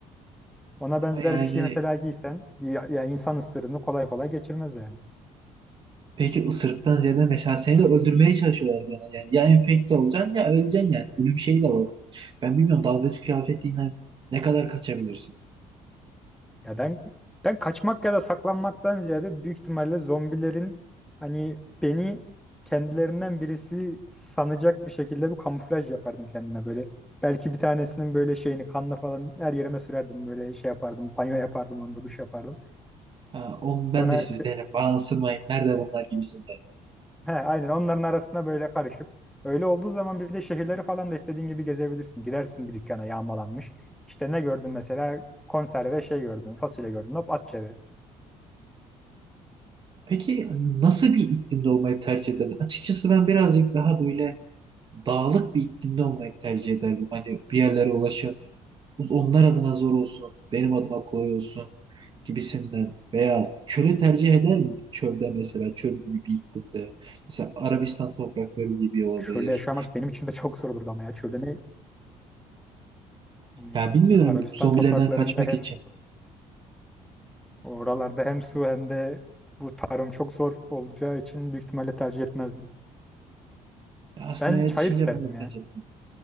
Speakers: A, in the centre; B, on the right.
A: Ona
B: Ama
A: benzer
B: yani
A: bir şey mesela giysen ya, ya insan ısırığını kolay kolay geçirmez yani.
B: peki ısırıktan ziyade mesela seni de öldürmeye çalışıyorlar bir yana. Yani ya enfekte olacaksın ya öleceksin yani. Ölüm şeyi de var. Ben bilmiyorum dalgıç kıyafetiyle ne kadar kaçabilirsin?
A: Ya ben ben kaçmak ya da saklanmaktan ziyade büyük ihtimalle zombilerin hani beni kendilerinden birisi sanacak bir şekilde bir kamuflaj yapardım kendime böyle. Belki bir tanesinin böyle şeyini kanla falan her yerime sürerdim böyle şey yapardım. Banyo yapardım onda duş yapardım.
B: Ha, onu ben
A: Sonra
B: de sizdenim. Bana ısırmayın. Nerede bunlar gibisinden.
A: he, aynen onların arasına böyle karışıp öyle olduğu zaman bir de şehirleri falan da istediğin gibi gezebilirsin. Girersin bir dükkana yağmalanmış. İşte ne gördün mesela konserve şey gördün fasulye gördün hop at cebe.
B: Peki nasıl bir iklimde olmayı tercih ederdin? Açıkçası ben birazcık daha böyle dağlık bir iklimde olmayı tercih ederdim. Hani bir yerlere ulaşım onlar adına zor olsun, benim adıma kolay olsun gibisinden. Veya çölü tercih eder miydim? Çölde mesela çöl gibi bir iklimde. Mesela Arabistan toprakları gibi olabilir.
A: Çölde yaşamak benim için de çok zor olurdu ama ya çölde ne? Hmm,
B: Ya bilmiyorum
A: Arabistan
B: zombilerden
A: topraklarında
B: kaçmak
A: hem
B: için.
A: su, oralarda hem su hem de bu tarım çok zor olacağı için büyük ihtimalle tercih etmezdim.
B: Ya Aslında
A: Ben
B: evet
A: çayır
B: düşünce
A: isterdim
B: ben de
A: ya.
B: tercih ederim.